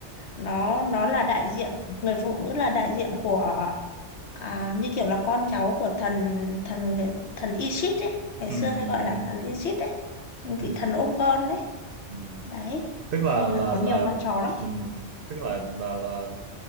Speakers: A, on the left; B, on the right.
A: nó nó là đại diện người phụ nữ là đại diện của à, như kiểu là con cháu của thần thần thần Isis ấy, ngày
B: ừ
A: xưa hay gọi là
B: ừ ừ
A: thần Isis ấy,
B: ừ
A: vị thần ôm con đấy.
B: ừ.
A: Đấy.
B: tức là
A: Nên
B: là
A: là có
B: là
A: nhiều vai trò lắm.
B: ừ tức là là là